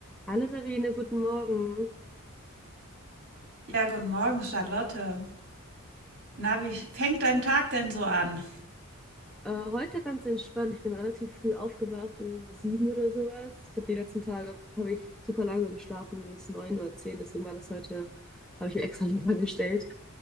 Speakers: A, in the centre; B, on the right (about 50°).
A: Hallo Sabine, guten Morgen.
B: Ja, guten Morgen, Charlotte. Na, wie fängt dein Tag denn so an?
A: Äh, heute ganz entspannt. Ich bin relativ früh aufgewacht, um sieben oder sowas. Ich habe die letzten Tage habe ich super lange geschlafen, bis neun oder zehn. Deswegen war das heute, habe ich mir extra <laughs> lieber gestellt.